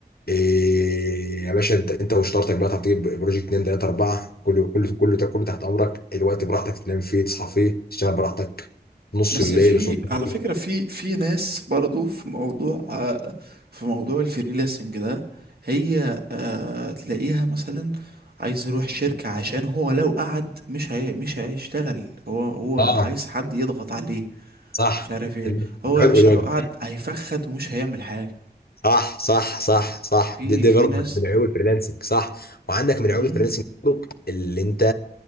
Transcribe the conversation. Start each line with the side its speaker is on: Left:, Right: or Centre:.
Left: إيه يا باشا انت انت وشطارتك بقى تطيب بروجكت 2 3 4 كله كله كله ده كله تحت امرك الوقت براحتك تنام فيه تصحى فيه تشتغل براحتك نص
Right: بس
Left: الليل
Right: في
Left: وصبح
Right: على
Left: الليل
Right: فكرة في في ناس برضو في موضوع آه، في موضوع الفريلانسنج ده هي آه، تلاقيها مثلا عايز يروح شركة عشان هو لو قعد مش هي مش هيشتغل هو هو
Left: اه
Right: عايز حد يضغط عليه
Left: صح
Right: مش عارف ايه
Left: الحلو
Right: هو يا باشا لو
Left: ده
Right: قعد هيفخد ومش هيعمل حاجة
Left: صح صح صح صح
Right: في
Left: دي, دي
Right: في
Left: برضه
Right: ناس
Left: من عيوب الفريلانسنج صح وعندك من
Right: امم
Left: عيوب الفريلانسنج برضه اللي انت